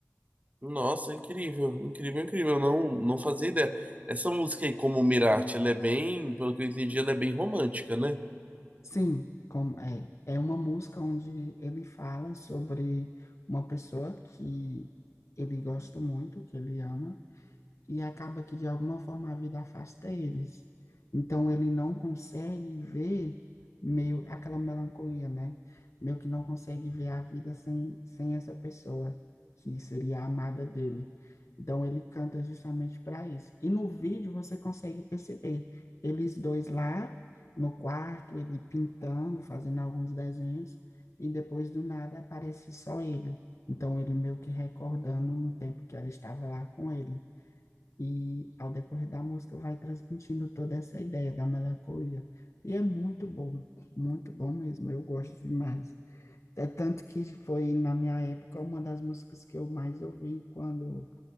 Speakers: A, on the right; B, on the left.
A: Nossa, incrível, incrível, incrível. Eu Não, não fazia ideia. Essa música aí, como Mirarte, ela é bem, pelo que eu entendi, ela é bem romântica, né?
B: Sim, como é, é uma música onde ele fala sobre uma pessoa que ele gosta muito, que ele ama, e acaba que de alguma forma a vida afasta eles. Então ele não consegue ver meio aquela melancolia, né? Meio que não consegue ver a vida sem, sem essa pessoa que seria a amada dele. Então ele canta justamente para isso. E no vídeo você consegue perceber eles dois lá no quarto, ele pintando, fazendo alguns desenhos, e depois do nada aparece só ele. Então ele meio que recordando no tempo que ela estava lá com ele. E ao decorrer da música vai transmitindo toda essa ideia da melancolia. E é muito bom, muito bom mesmo, eu gosto demais. É tanto que foi, na minha época, uma das músicas que eu mais ouvi quando